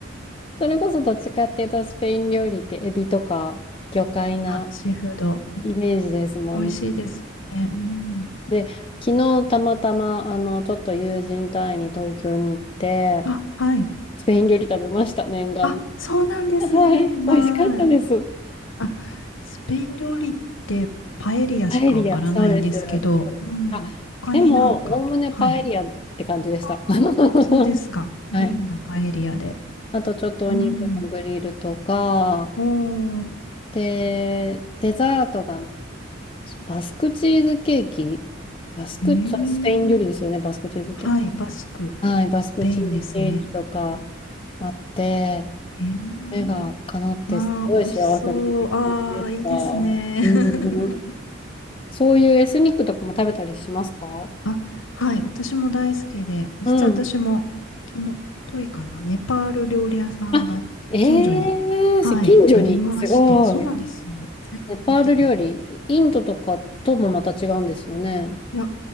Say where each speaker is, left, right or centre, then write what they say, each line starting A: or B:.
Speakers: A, on the left; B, on the left.
A: それこそどっちかっていうと、スペイン料理ってエビとか魚介な
B: あ、シーフード。
A: イメージですもんね。
B: 美味しいですよね。うん。
A: で、昨日たまたま、あの、ちょっと友人隊に東京に行って、
B: あ、はい。
A: スペイン料理食べました、念願の。
B: あ、そうなんですね。
A: <laughs> はい、
B: まあ、
A: 美味しかったです。
B: あ、スペイン料理ってパエリアしかわからないんですけど、
A: パエリア、そうです。そうです。
B: うん。
A: あ、
B: 他になんか、
A: でも、おおむねパエリアって感じでした。
B: はい。あそうですか。
A: <laughs> は
B: メインがパエリアで。
A: い。あと、ちょっとお肉のグリルとか、
B: うん。おー。
A: で、デザートが、バスクチーズケーキバスク、
B: ええ
A: そうスペイン料理ですよね、バスクチーズって。
B: はい。バスク。
A: はい、バスクチーズケーキとか、
B: スペインですね。
A: あって、
B: ええ
A: 目が叶ってすごい幸せな時間でした。
B: まあ、美味しそう。ああ、いいですね。
A: うん。
B: <laughs>
A: そういうエスニックとかも食べたりしますか
B: あ、はい、私も大好きで、実は私も昨日、
A: うん。
B: といかな、ネパール料理屋さんが近所に、
A: あ、ええ近所に、
B: はい、ありまして、
A: すごい。
B: そうなんですよ。最近できて。
A: ネパール料理、イインドとかともまた違うんですよね。
B: いや、